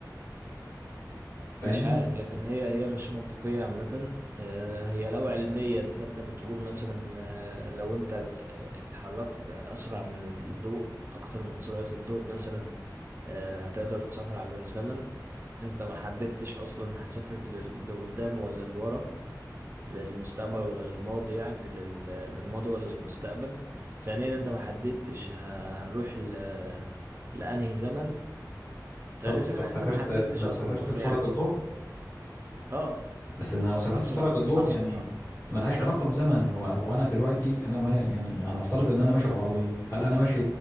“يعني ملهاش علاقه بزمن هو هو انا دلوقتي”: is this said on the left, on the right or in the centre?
Left